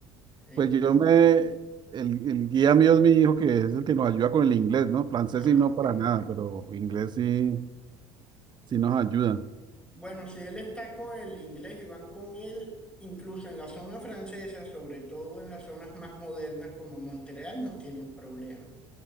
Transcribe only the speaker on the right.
Pues yo me, el, el guía mío es mi hijo, que es el que nos ayuda con el inglés, ¿no? Francés
sí, no
para nada, pero inglés sí, sí nos ayuda.